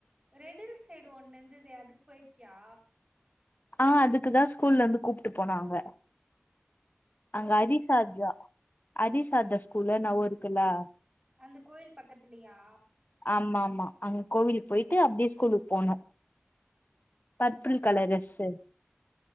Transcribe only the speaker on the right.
ரெடில் சைடு ஒன்னு இருந்தது அதுக்கு போயிருக்கியா
அந்த கோயில் பக்கத்துலையா
ப